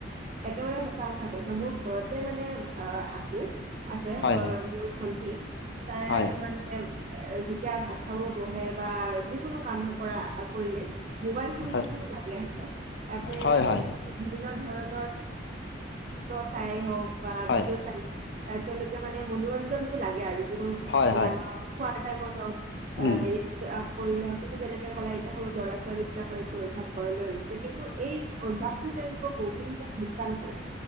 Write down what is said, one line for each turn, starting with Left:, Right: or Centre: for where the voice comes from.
Right: একেবাৰে সঁচা কথা কৈছা মোৰ ঘৰতে মানে অ' আছিল। আছে অ
Left: হয়
Right: - মোৰ ভণ্টী তাই
Left: হয়
Right: মানে এ যেতিয়া ভাত খাব বহে বা যিকোনো কাম কৰা - কৰিলে মোবাইল ফোনটো
Left: হয়
Right: কিন্ত লাগে হাতত তাতে
Left: হয় হয় হয়
Right: যিকোনো বিভিন্ন ধৰণ <unintelligible> <unintelligible> হওক। বা
Left: হয়
Right: ভিডিঅ' <unintelligible> তেওঁলোকে মানে মনোৰঞ্জনটো লাগে আৰু। <unintelligible> <unintelligible>
Left: হয় হয়
Right: অ'
Left: উম,
Right: হেৰি <unintelligible> কৰিলে <unintelligible> তুমি যেনে <unintelligible> এতিয়া সৰু ল'ৰা ছোৱালী বিলাকৰ এইটো অভ্যাস গঢ় লৈ উঠিছে কিন্তু এই অভ্যাসটো তেওঁলোকক <unintelligible> <unintelligible> লোকচান কৰে